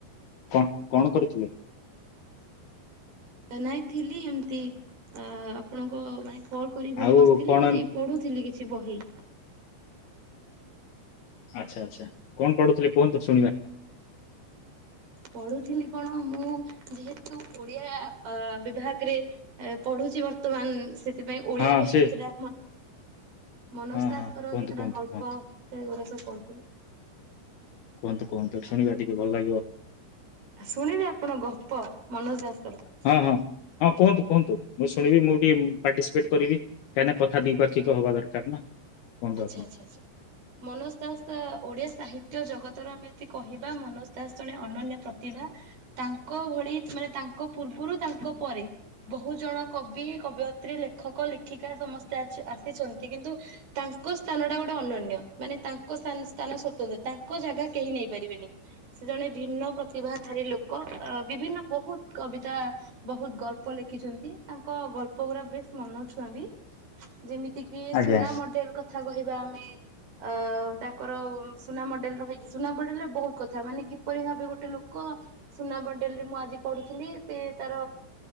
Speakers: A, on the left; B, on the right.
A: କଣ କଣ କରୁଥିଲେ?
B: ନାଇଁ ଥିଲି ଏମିତି ଅ ଆପଣଙ୍କ ପାଇଁ। କଲ କରିବି ବୋଲି
A: ଆଉ
B: ବସିଥିଲି
A: କଣ
B: ଏମିତି ପଢୁଥିଲି କିଛି ବହି।
A: ଆଚ୍ଛା ଆଚ୍ଛା କଣ ପଢୁଥିଲେ କୁହନ୍ତୁ ଶୁଣିବା।
B: ପଢୁଥିଲି କଣ ମୁଁ ଯେହେତୁ ଓଡିଆ ବିଭାଗରେ ପଢୁଛି ବର୍ତ୍ତମାନ ସେ ସେଥିପାଇ ଓଡିଆ
A: ହଁ
B: ବହି
A: ସେ
B: କିଛିଟା ମନସ୍
A: ହଁ
B: ସାସଙ୍କର
A: ହଁ କୁହନ୍ତୁ
B: କେତଟା
A: କୁହନ୍ତୁ
B: ଗଳ୍ପ
A: କୁହନ୍ତୁ।
B: ସେଗୁଡା ସବ ପଢ଼ୁଥିଲି।
A: କୁହନ୍ତୁ କୁହନ୍ତୁ ଶୁଣିବା ଟିକେ ଭଲ ଲାଗିବ।
B: ଆ ଶୁଣିବେ ଆପଣ ଗପ ମନୋଜ ଦାସଙ୍କର
A: ହଁ ହଁ। ହଁ କୁହନ୍ତୁ କୁହନ୍ତୁ ମୁଁ ଶୁଣିବି ମୁଁ ଟିକେ ପାର୍ଟିସିପେଟ କରିବି କାହିଁକିନା କଥା ଦିପାକ୍ଷିକ ହବା ଦରକାର ନା। କୁହନ୍ତୁ
B: ଆଚ୍ଛା
A: ଆପଣ।
B: ଆଛା ଆଛା ମନୋଜ ଦାସ ଓଡିଆ ସାହିତ୍ୟ ନ୍ୟ ଜଗତରୁ ଆମେ ଯଦି କହିବା ମନୋଜ ଦାସ ଜଣେ ଅନନ୍ୟ ପ୍ରତିଭା ତାଙ୍କ ଭଳି ମାନେ ତାଙ୍କ ପୂର୍ବରୁ ତାଙ୍କ ପରେ ବହୁ ଜଣ କବି କବୟତ୍ରୀ ଲେଖକ ଲେଖିକା ସମସ୍ତେ ଆସିଛନ୍ତି କିନ୍ତୁ। ତାଙ୍କ ସ୍ଥାନ ଟା ଗୋଟେ ଅନନ୍ୟ ମାନେ ତାଙ୍କ ସ୍ଥାନ ସ୍ଵତନ୍ତ୍ର ତାଙ୍କ ଜାଗା କେହି ନେଇ ପାରିବେନି ସେ ଜଣେ ଭିନ୍ନ ପ୍ରତିଭାଧାରୀ ଲୋକ ବିଭିନ୍ନ ବହୁତ କବିତା ବହୁତ ଗଳ୍ପ ଲେଖିଛନ୍ତି ତାଙ୍କ ଗଳ୍ପ ଗୁଡା ବେଶ ମନଛୁଆଁ ବି ଯେମିତି କିି
A: ଆଜ୍ଞା
B: ସୁନା ମ କହିବା ଆମେ ଅ ତାଙ୍କର ସୁନା ମଡେଲ ରହିଛି ସୁନା ମଡେଲରେ ବହୁତ କଥା ମାନେ କିପରି ଭାବେ ଗୋଟେ ଲୋକ ସୁନା ମଡେଲ ରେ ମୁଁ ଆଜି ପଢୁଥିଲି ସେ ତାର